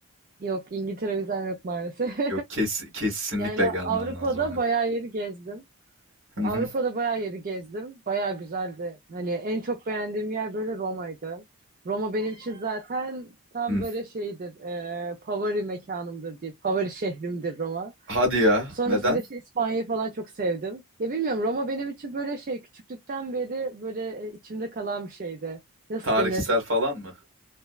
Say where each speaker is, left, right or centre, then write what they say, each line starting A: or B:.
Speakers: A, on the right; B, on the right.
A: Yok İngiltere vizem yok maalesef. <laughs>
B: Yok kes, kesinlikle
A: Yani
B: gelmen
A: Avrupa'da
B: lazım hani.
A: bayağı yeri gezdim.
B: Hı hı,
A: Avrupa'da bayağı yeri gezdim. Bayağı güzeldi. Hani en çok beğendiğim yer böyle Roma'ydı. Roma benim için zaten tam
B: hı.
A: böyle şeydir. E, favori mekanımdır diye. Favori şehrimdir Roma.
B: Hadi ya
A: Sonrasında
B: neden?
A: işte İspanya'yı falan çok sevdim. Ya bilmiyorum Roma benim için böyle şey küçüklükten beri böyle e, içimde kalan bir şeydi. Nasıl
B: Tarihsel
A: denir?
B: falan mı?